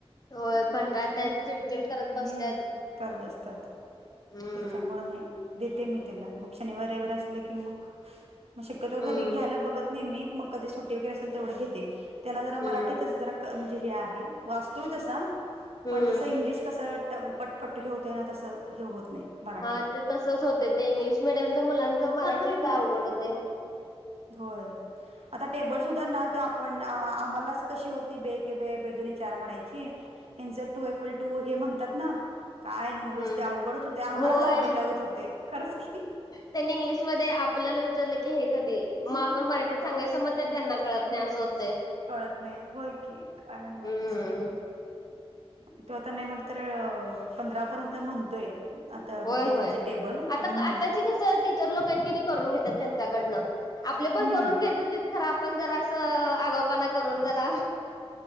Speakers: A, on the left; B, on the right.
A: होय कंटाळत्यात चिड चिड करत
B: हम्म
A: बसत्यात
B: कर <inaudible>
A: हम्म
B: त्याच्यामुळं नाही देते मी त्याला मग शनिवार असलं की मग मग शक्यतो
A: हम्म
B: घरी घ्यायला बघत नाहीे मी मग कधी सुट्टी वगैरे तेवढं घेते त्याला जरा
A: हम्म
B: मराठीत त्याच जरा क म्हंजे हे आहे वाचतोय तसा,
A: हम्म
B: पण जसं इंग्लिश कसं ट पटपट हे होतय ना तसं हे होत नाही. मराठी
A: हा ते तसंच होतय, ते इंग्लिश मिडियमच्या मुलांच मराठीच अवघड होतय.
B: होय आता टेबल सुद्धा ना, ते आपण आम्हालांच कशी होत म्ह. ती बे एके बे बे दोन्ही चार म्हणायची, हेंच टू इक्वेल टू हे म्हणतात ना. काय नव्हच
A: हम्म
B: ते अवघडच होतय, आम्हालाच
A: होय.
B: अवघडल्यागत होतय खरंच की
A: त्यांनी इंग्लिशमध्ये आपल्याला विचारलं की, तुम्ही हे कधी मग आपण मराठीत सांगायचं, मग ते त्या त्यांना कळत नाही असं होतंय.
B: कळत नाही होय की काय न्हवचं?
A: हम्म
B: तो आता नाही म्हटल तर अ पंधरा पर्यंत म्हणतोय, आता म्हणजे
A: होय होय
B: हेच टेबल ह्म.
A: आता आताची कसं टीचर लोक आहेत कनी करून घेतात, त्यांच्याकडन आपले पण
B: हम्म
A: करून घेत होतीत. खरं आपण जरा असं आ आगावपणा करून जरा